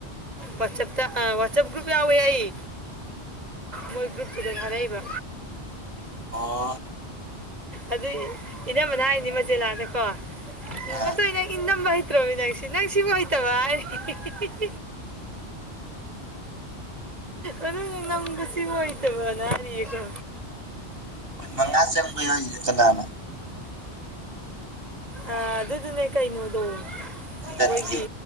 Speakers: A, on the right; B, on the right.
A: ꯋꯥꯁꯄꯇ ꯑ ꯋꯥꯁꯄ ꯒ꯭ꯔꯨꯨꯨꯞ ꯌꯥꯎꯋꯦ ꯑꯩ ꯃꯣꯏ ꯒ꯭ꯔꯨꯨꯄꯇꯨꯗ ꯊꯥꯔꯛꯏꯕ
B: ꯑꯣ
A: ꯑꯗꯨ ꯏꯅꯝꯃꯅ ꯍꯥꯏꯅꯤ ꯃꯆꯦꯜꯂꯥꯗꯀꯣ
B: ꯑꯥ
A: ꯃꯗꯨꯅꯦ ꯏꯅꯝꯕ ꯅꯠꯇ꯭ꯔꯣꯃꯤ ꯅꯪꯁꯤ ꯅꯪ ꯁꯤꯕꯨ ꯍꯇꯕ ꯍꯥꯏꯔꯤꯌꯦ ꯑꯗꯨ ꯅꯝꯕ ꯁꯤ ꯋꯥꯏ ꯇꯕꯅꯥꯔꯤ ꯀ
B: ꯀꯨꯟ ꯃꯉꯥꯥ ꯆꯪꯕ ꯌꯥꯎꯔꯤꯁꯦ ꯀꯅꯥꯅꯣ
A: ꯑ ꯑꯗꯨꯗꯨꯅꯦ ꯀꯩꯅꯣꯗꯣ
B: ꯖꯤꯗꯟꯒꯤ
A: ꯃꯣꯏꯒꯤ